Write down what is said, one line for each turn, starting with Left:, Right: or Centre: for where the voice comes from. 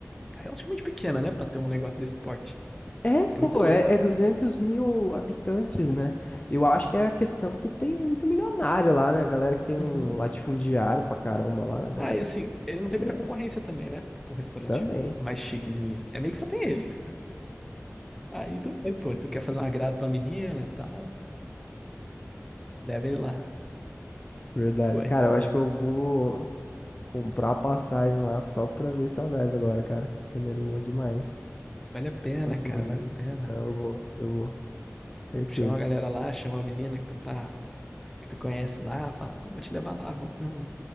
Centre: é relativamente pequena, né, pra ter um negócio desse porte.
Left: É, pô,
Centre: É muito louco.
Left: é, é 200 mil habitantes, né? Eu acho que é a questão que tem muito milionário lá, né? A galera que tem um
Centre: Uhum.
Left: latifundiário pra caramba lá, a galera
Centre: Ah, e assim,
Left: que...
Centre: ele não
Left: A
Centre: tem
Left: grana.
Centre: muita concorrência também, né? Pra um restaurante
Left: Também,
Centre: mais chiquezinho. É meio que só tem ele. Aí tu vai, pô, tu quer fazer um agrado pra menina e tal, leva ele lá.
Left: verdade.
Centre: Pô,
Left: Cara, eu acho que eu vou comprar a passagem lá só pra ver saudades agora, cara. Você me animou demais.
Centre: vale a pena,
Left: Próxima
Centre: cara, vale
Left: vez.
Centre: a pena.
Left: Não, eu vou, eu vou, certeza.
Centre: Chama a galera lá, chama a menina que tu tá, que tu conhece lá, fala, pô, vou te levar lá, vamos comer um